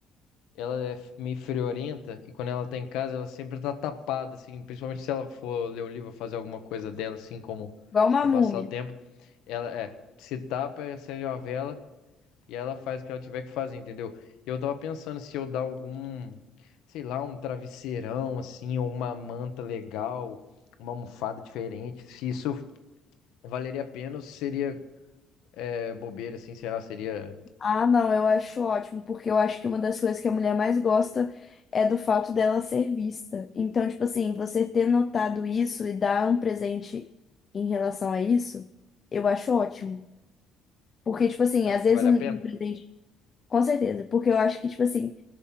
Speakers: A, on the left (about 80°); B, on the left (about 35°).
A: ela é f- meio friorenta e quando ela tá em casa ela sempre tá tapada, assim, principalmente se ela for ler o livro, fazer alguma coisa dela, assim, como
B: Igual uma
A: pra
B: múmia.
A: passar o tempo, ela é, se tapa, acende uma vela E ela faz o que ela tiver que fazer, entendeu? E eu tava pensando se eu dar algum, sei lá, um travesseirão, assim, ou uma manta legal, uma almofada diferente. Se isso valeria a pena ou se seria é, bobeira, assim, sei lá, seria.
B: Ah, não, eu acho ótimo, porque eu acho que uma das coisas que a mulher mais gosta é do fato dela ser vista. Então, tipo assim, você ter notado isso e dar um presente em relação a isso, eu acho ótimo. Porque, tipo assim,
A: Acho
B: às
A: que
B: vezes
A: vale
B: um,
A: a pena?
B: um presente. Com certeza. Porque eu acho que, tipo assim,